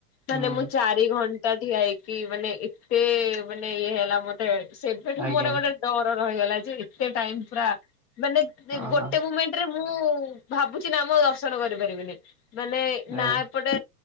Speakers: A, on the left (about 30°); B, in the centre.
A: ମାନେ
B: ହୁଁ।
A: ମୁଁ ଚାରି ଘଣ୍ଟା ଠିଆ ହେଇକି ମାନେ ଏତେ ମାନେ ଇଏ ହେଲା ମ ତେ ସେବେଠୁ
B: ଆଜ୍ଞା
A: ମୋର ଗୋଟେ ଡର ରହିଗଲା ଯେ ଏତେ ଟାଇମ୍ ପୁରା ମାନେ ମାନେ
B: ଓହୋ
A: ଗୋଟେ ମୁମେଣ୍ଟରେ ମୁଁ ଭାବୁଛି ନା ମୁଁ ଆଉ ଦର୍ଶନ କରିପାରିବିନି। ମାନେ ନା
B: ଏ
A: ଏପଟେ